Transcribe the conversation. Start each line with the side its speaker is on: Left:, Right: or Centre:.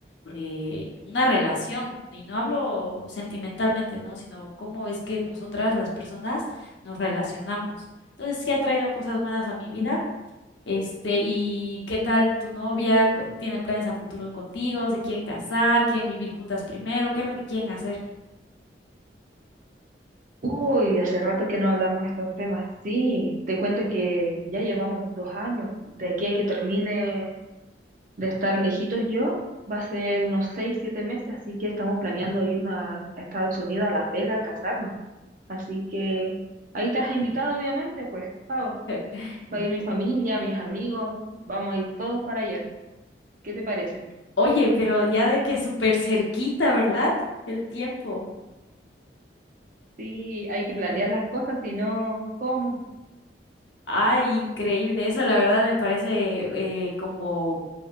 Left: de una relación, y no hablo sentimentalmente, ¿no? Sino cómo es que nosotras las personas nos relacionamos. Entonces sí ha traído cosas buenas a mi vida este, ¿y qué tal tu novia? Cu- ¿Tiene planes a futuro contigo? ¿Se quieren casar? ¿Quieren vivir juntas primero? ¿Qué es lo que quieren hacer?
Right: Uy, hace rato que no hablamos de estos temas. Sí, te cuento que ya llevamos dos años. De aquí a que termine de estar lejitos yo, va a ser unos seis, siete meses, así que estamos planeando irnos a a Estados Unidos, a Las Vegas, a casarnos. Así que ahí estás invitado, obviamente, pues, Pao.
Left: <laughs>
Right: Va a ir mi familia, mis amigos, vamos a ir todos para allá. ¿Qué te parece?
Left: Oye, pero ya de que súper cerquita, ¿verdad? El tiempo.
Right: Sí, hay que planear las cosas, si no, ¿cómo?
Left: Ay, increíble. Eso la verdad me parece eh, como